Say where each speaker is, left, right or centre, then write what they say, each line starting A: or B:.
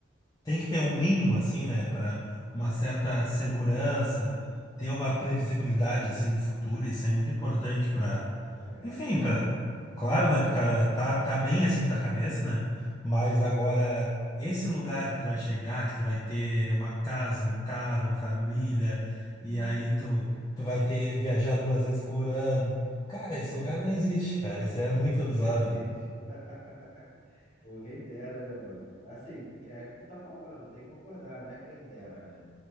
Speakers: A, on the left; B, on the left.
A: tem que ter um mínimo, assim, né, pra uma
B: É,
A: certa segurança, ter uma previsibilidade, assim, do futuro, isso é muito importante pra
B: correto.
A: Enfim, pra... claro, né? Pro cara tá, tá bem assim da cabeça, né? Mas agora, esse lugar que tu vai chegar, que tu vai ter uma casa, um carro, família,
B: Isso.
A: e aí tu, tu vai ter viajar duas vezes por ano. Cara, esse
B: É,
A: lugar não existe, cara. Isso aí é muito ilusório,
B: não existe.
A: né?
B: <laughs> Pô, quem dera, né, mano? Assim, é o que tu tá falando, eu vou ter que concordar, né? Quem dera, né?